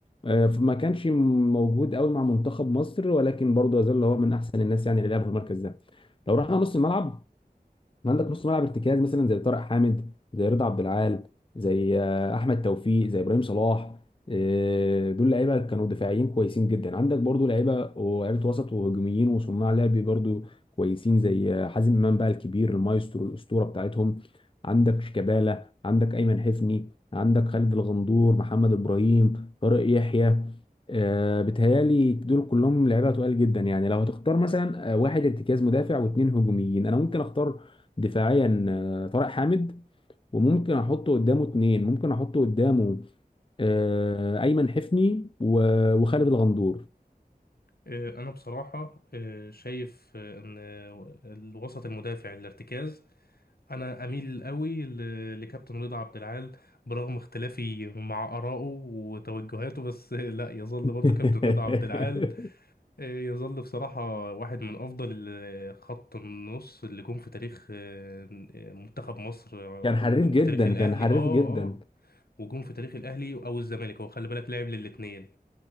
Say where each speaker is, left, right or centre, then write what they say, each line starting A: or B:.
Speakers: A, on the left (about 35°); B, on the left (about 75°).
A: آه، فما كانش موجود قوي مع منتخب مصر ولكن برضه يظل هو من أحسن الناس يعني اللي لعبوا في المركز ده لو رحنا نص الملعب عندك نص ملعب ارتكاز مثلا زي طارق حامد زي رضا عبد العال زي آه، احمد توفيق زي ابراهيم صلاح آه، دول لعيبه كانوا دفاعيين كويسين جدا عندك برضو لعيبه ولعيبه وسط وهجوميين وصناع لعب برضو كويسين زي آه، حازم امام بقى الكبير المايسترو الاسطوره بتاعتهم عندك شيكابالا عندك ايمن حفني عندك خالد الغندور محمد ابراهيم طارق يحيى آه، بتهيالي دول كلهم لعيبه تقال جدا يعني لو هتختار مثلا آه، واحد ارتكاز مدافع واثنين هجوميين انا ممكن اختار دفاعيا آه، طارق حامد وممكن احط قدامه اتنين ممكن احط قدامه آه، ايمن حفني و- وخالد الغندور
B: آه، أنا بصراحة آه، شايف آه، إن آه، الوسط المدافع الارتكاز أنا أميل قوي ل- لكابتن رضا عبد العال برغم اختلافي مع آرائه وتوجهاته بس <laughs> آه، لا يظل
A: <laughs>
B: برضو كابتن رضا عبد العال آه، يظل بصراحة واحد من أفضل ال- خط النص اللي جم في تاريخ آه، منتخب مصر آه،
A: كان حريف
B: وجم
A: جدا
B: في تاريخ الأهلي
A: كان حريف
B: آه
A: جدا
B: آه وجم في تاريخ الأهلي أو الزمالك هو خلي بالك لعب للاتنين